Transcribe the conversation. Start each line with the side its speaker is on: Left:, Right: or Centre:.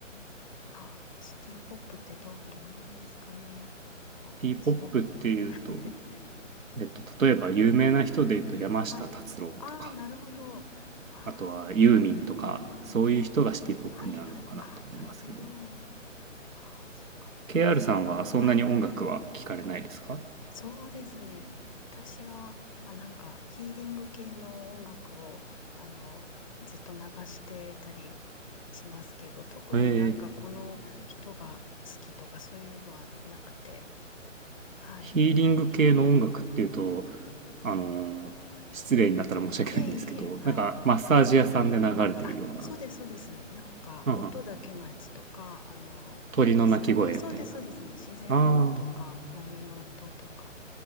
Left: えあ、シティポップってど、どんなんですかね。なんか私あんまり。
Right: シティポップっていうと、
Left: <laughs>
Right: えっと、例えば有名な人で言うと山下達郎とか、
Left: はい。ああ、なるほど。ああ、
Right: あとはユーミンとか、
Left: はいはい。
Right: そういう人がシティポップになるのかなと思いますけど。
Left: はいはい。あ、なるほど。ああ、そっか。
Right: KR
Left: ええはい。
Right: さんはそんなに音楽は聞かれないですか
Left: そうですね。私は、あ、なんかヒーリング系の音楽を、あの、ずっと流してたりしますけど、特になんかこの人が好きとかそういうのはなくて、
Right: ええ、
Left: はい。
Right: ヒーリング系の音楽っていうと、あのー失礼になったら申し訳ないんですけど、
Left: いえいえいえ、はい。
Right: なんかマッサージ屋さんで流れてるような、
Left: あ、そうです、そうです。なんか音だけのやつとか、
Right: はんはん
Left: あの、
Right: 鳥の鳴き声みたいな。
Left: なんですかね。そうです、そうですね。自然音とか、
Right: あ
Left: 波の音とか